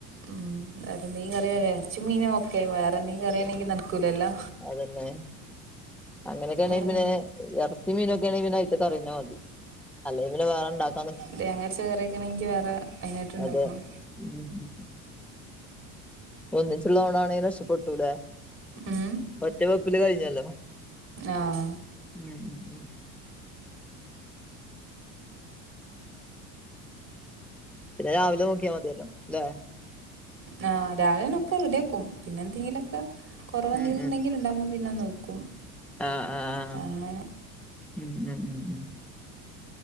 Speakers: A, on the right; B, in the centre.
A: ഉം വേറെ എന്തെങ്കും കറിയ ഇറച്ചി മീന ഓക്കെ വേറെ എന്തെങ്കും കറിയാണെങ്കിൽ നടക്കൂലല്ലോ
B: അതന്നെ അങ്ങനെയൊക്കെ ആണെങ്കിൽ
A: വേറെ
B: പിന്നെ ഇറച്ചി മീനൊക്കെയ ആണെങ്കിൽ അയ്തേ കറി മതി അല്ലേ പിന്നെ വേറെണ്ടാക്ക
A: അതെ ഹാരിസ് കേറിണെങ്കിൽ വേറെ അതിനായിട്ട് ഉണ്ടാക്കണം
B: അതെ ഉം ഉം ഉം ഒന്നിചുള്ള ഓണം ആണെങ്കിൽ രക്ഷപ്പെട്ടു
A: ഉം
B: ഒറ്റേ വെപ്പില് കഴിഞ്ഞല്ലോ
A: ആഹാ
B: ഉം ഉം ഉം പിന്നെ രാവിലെ നോക്കിയ മതിയല്ലോ അല്ലെ
A: ആ രാവിലെനൊക്കെ റെഡിയ ആക്കും പിന്നെ എന്തെങ്കിലുംക്കെ കുറവ് എന്തെങ്കിലുണ്ടെങ്കിൽ
B: ഉം
A: ഉണ്ടാവുമ്പ നോക്കും
B: ആഹാ ആഹാ ആഹാ
A: അങ്ങനെ
B: ഉം ഉം ഉം ഉം